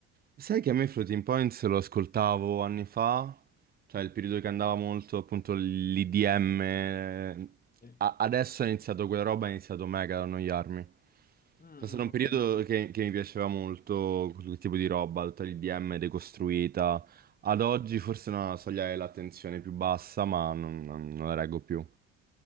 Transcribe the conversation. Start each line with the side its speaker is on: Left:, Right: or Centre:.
Right: Sai che a me Floating Points lo ascoltavo anni fa, cioè il periodo che andava molto appunto l'IDM,
Left: Sì. Mm,
Right: adesso è iniziato quella roba, è iniziato mega ad annoiarmi.
Left: mm,
Right: È stato un
Left: ok,
Right: periodo
Left: no, mi-
Right: che, che mi piaceva molto quel tipo di roba, tutta l'IDM decostruita. Ad oggi forse è una soglia dell'attenzione più bassa, ma non, non- non la reggo più.